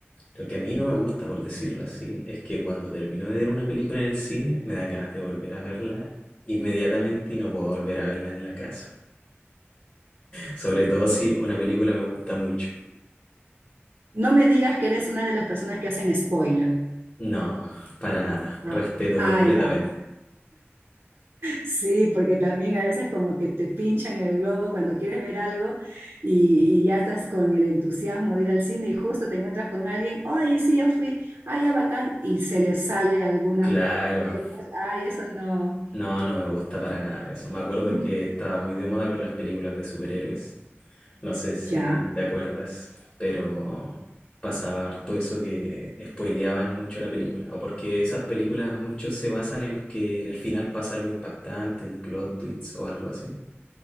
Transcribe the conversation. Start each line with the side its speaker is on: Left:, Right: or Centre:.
Left: lo que a mí no me gusta, por decirlo así, es que cuando termino de ver una película en el cine, me dan ganas de volver a verla inmediatamente y no puedo volver a verla en la casa. Sobre todo si una película me gusta mucho.
Right: No me digas que eres una de las personas que hacen spoiler.
Left: No, para nada. Respeto
Right: Ah, ah,
Left: completamente.
Right: ya, Sí, porque también a veces como que te pinchan el globo cuando quieres ver algo y, y ya estás con el entusiasmo de ir al cine y justo te encuentras con alguien, oye, sí, ya fui, ay, ya bacán, y se le sale algunas
Left: Claro.
Right: temas, ay, eso no.
Left: No, no me gusta para nada eso. Me acuerdo
Right: <laughs>
Left: que estaba muy de moda con las películas de superhéroes No sé si
Right: Ya,
Left: te acuerdas, pero pasaba harto eso que spoileaban mucho la película. O porque esas películas mucho se basan en que en el final pasa algo impactante, un plot twist o algo así.